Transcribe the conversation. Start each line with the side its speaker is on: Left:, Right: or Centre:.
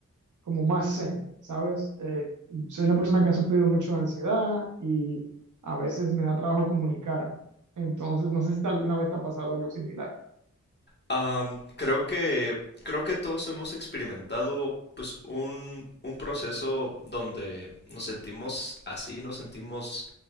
Right: como más zen, ¿sabes? Eh, soy una persona que ha sufrido mucho de ansiedad y a veces me da trabajo comunicarme. Entonces, no sé si alguna vez te ha pasado algo similar.
Left: Am, creo que creo que todos hemos experimentado pues un, un proceso donde nos sentimos así, nos sentimos